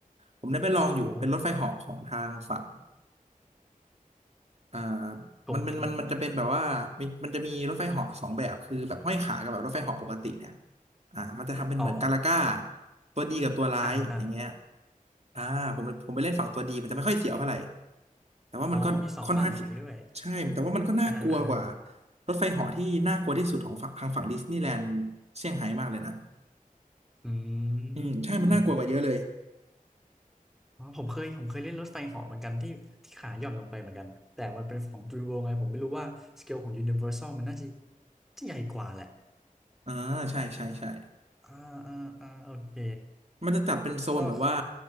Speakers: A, on the right; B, in the centre.
A: ผมได้ไปลองอยู่เป็นรถไฟเหาะของทางฝั่ง
B: โอ้
A: อ่า
B: ผมผม
A: มันเป็นมันมันจะเป็นแบบว่ามีมันจะมีรถไฟเหาะสองแบบคือแบบห้อยขากับแบบรถไฟเหาะปกติเนี่ยอ่ามันจะทำเป็นเหมือนกาลาก้า
B: อ๋อ
A: ตัวดีกับตัวร้ายอย่างเงี้ย
B: อ่าอ่า
A: อ่าผมผมไปเล่นฝั่งตัวดีมันจะไม่ค่อยเสียวเท่าไหร่แต่ว่ามันก็ค่อนข้างที่
B: อ๋อมีสองฝั่งอย่างนี้ด้วย
A: ใช่แต่ว่ามันก็น่ากลัวกว่า
B: อ่าฮะอ่าฮะ
A: รถไฟเหาะที่น่ากลัวที่สุดของฝั่งทางฝั่งดิสนีย์แลนด์เซี่ยงไฮ้มากเลยนะ
B: อืม
A: อืมใช่มันน่ากลัวกว่าเยอะเลย
B: อ๋อผมเคยผมเคยเล่นรถไฟเหาะเหมือนกันที่ที่ขาหย่อนลงไปเหมือนกันแต่มันเป็นของ DreamWorld ไงผมไม่รู้ว่าสเกลของ Universal มันน่าจะจะใหญ่กว่าแหละ
A: อ่าใช่ใช่ใช่
B: อ่าอ่าอ่าโอเค
A: มันจะจัดเป็นโซนแบบว่า
B: ก็